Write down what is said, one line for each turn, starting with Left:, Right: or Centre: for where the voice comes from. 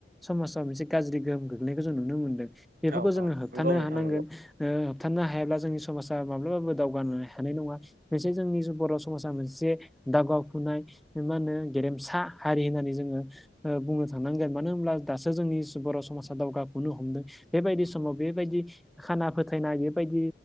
Centre: समाजाव मोनसे गाज्रि गोहोम गोग्लैनायखौ जों नुनो मोनदों बेफोरखौ
Right: औ
Centre: जोङो
Right: औ
Centre: होबथानो
Right: नंगौ नोंथां
Centre: हानांगोन
Right: नंगौ
Centre: होबथानो हायाब्ला जोंनि समाजा माब्लाबाबो दावगानो हानाय नङा मोनसे जोंनि बर' समाजा मोनसे <unintelligible> नाय मा होनो गेरेमसा हारि होननानै जोङो बुंनो थांनांगोन मानो होनोमब्ला दासो जोंनि बर' समाजा दावगाखोननो हमदों बेबायदि समाव बेबायदि खाना फोथायनाय बेबायदि